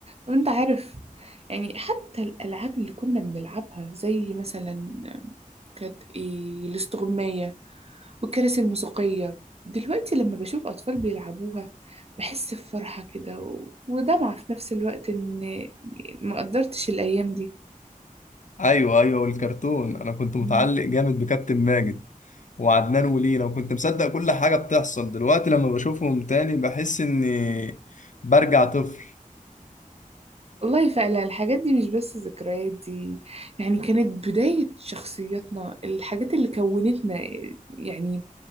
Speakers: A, on the right; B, on the left.
A: وانت عارف يعني حتى الألعاب اللي كنا بنلعبها زي مثلا كانت ايه الاستغماية والكراسي الموسيقية دلوقتي لما بشوف أطفال بيلعبوها بحس بفرحة كده و- ودمعة في نفس الوقت إن ما قدرتش الأيام دي
B: ايوه ايوه والكرتون انا كنت متعلق
A: مم.
B: جامد بكابتن ماجد وعدنان ولينا وكنت مصدق كل حاجة بتحصل دلوقتي لما بشوفهم تاني بحس إني برجع طفل
A: والله فعلا الحاجات دي مش بس ذكريات دي يعني كانت بداية شخصياتنا الحاجات اللي كونتنا يعني